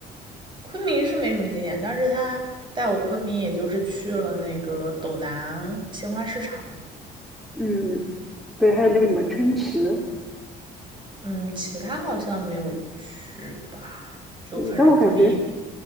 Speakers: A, on the right; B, in the centre.
A: 昆明是没什么经验，但是他带我昆明，也就是去了那个斗南鲜花市场，
B: 嗯，对，还有那个什么琛池，
A: 嗯，其他好像没有去吧，就反正昆明
B: 对，但我感觉